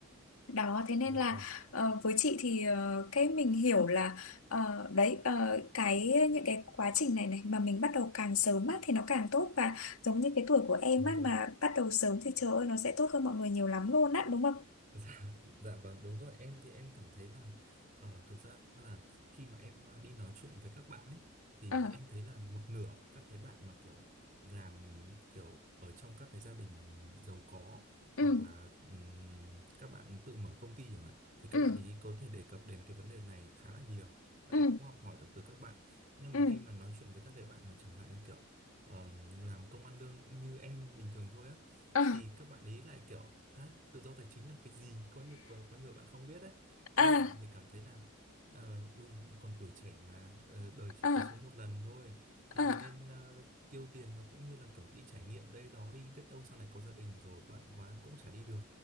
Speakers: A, on the left; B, on the right.
A: đó, thế nên
B: dạ
A: là
B: vâng,
A: ờ, với chị thì ờ, cái mình hiểu là ờ, đấy ờ, cái những cái quá trình này này mà mình bắt đầu càng sớm á, thì nó càng tốt và giống như cái tuổi của em
B: đúng
A: á,
B: rồi
A: mà
B: ạ.
A: bắt đầu sớm thì trời ơi nó sẽ tốt hơn mọi người nhiều lắm luôn á đúng không?
B: Dạ, dạ vâng đúng rồi em thì em cảm thấy là ờ, thực ra là khi mà em ờ, đi nói chuyện với các bạn ấy thì
A: Ờ,
B: em thấy là một nửa các cái bạn mà kiểu làm kiểu ở trong các cái gia đình giàu có
A: ừ,
B: hoặc là ừm, các bạn tự mở công ty chẳng hạn thì các
A: ừ,
B: bạn ấy có thể đề cập đến cái vấn đề này khá là nhiều và
A: ừ,
B: em cũng học hỏi được từ các bạn nhưng
A: ừ,
B: mà khi mà nói chuyện với các cái bạn mà chẳng hạn như kiểu ờm, làm công ăn lương cũng như em bình thường thôi á
A: ờ,
B: thì các bạn ý lại kiểu hả tự do tài chính là cái gì có như có, có nhiều bạn không biết đấy có
A: à,
B: nhiều bạn thì cảm thấy là ờ, ui còn tuổi trẻ mà ờ, đời chỉ
A: à,
B: có sống một lần thôi thì
A: à,
B: nên ờ, tiêu tiền và cũng như là kiểu đi trải nghiệm đây đó đi biết đâu sau này có gia đình rồi bận quá cũng chả đi được